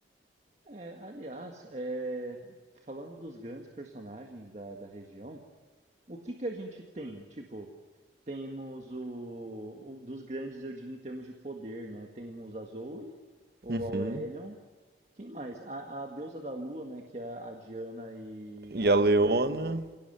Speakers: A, on the right (about 40°); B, on the right (about 55°).
A: É, aliás, é, falando dos grandes personagens da, da região, o que que a gente tem? Tipo, temos o, o- dos grandes, eu digo, em termos de poder, né? Temos a Zoe, ou
B: Uhum.
A: a Aurelion. Quem mais? A, a deusa da lua, né? Que a, a Diana e
B: E
A: acho
B: a Leona,
A: que até o,